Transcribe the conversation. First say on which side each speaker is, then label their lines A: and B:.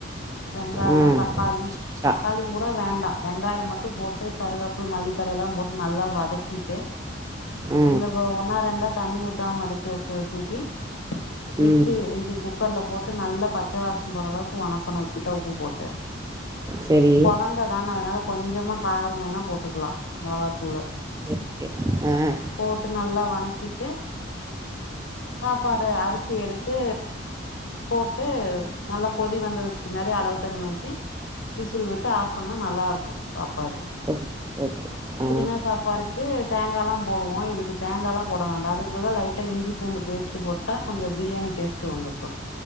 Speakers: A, on the left; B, on the right.
A: வெங்காயொ
B: ஆ
A: தக்காளி
B: முழுசு முழுசா
A: தக்காளிங்கூட வேண்டா வெங்காயம் மட் டு போட்டு கருகாப்ல் மல்லித்தழையலா போட்டு நல்லா வதக்கிட்டு
B: ஆ
A: இந்த வ ஒன்னா ரெண்டா தண்ணி ஊத்தாம அடிச்சு வக்கத தூக்கி
B: ம்
A: மிக்சி இது குக்கர்ல போட் டு நல்லா பச்ச வாசொ போறளவுக்கு வனக் கனு லைட்டா உப்பு போட்டு
B: சரி
A: குழந்த தான அதனால கொஞ்சமா கார வேணா போட்டுக்கலா மொளகாத்தூளு
B: ஓகே ஓகே ஆ
A: போட்டு நல்லா வனக்கிட்டு சாப்பாடு அரிசி எடுத்து போட்டு நல்லா கொதி வந்ததுக்கு பின்னாடி அளவு தண்ணி ஊத்தி விசில் விட்டு ஆஃப் பண்ணா நல்லா இருக்கு கப் பாடு
B: ஓகே ஓகே ஆ
A: புதினா சாப்பாட்கு தேங்காலா போடுவோம் இதுக்கு தேங்காலா போட வேண்டாம் அதுக்கு பதிலா லைட்டா இஞ்சி பூண்டு பேஸ்ட் போட்டா கொஞ்சொம் பிரியாணி டேஸ்ட்டு வந்துரு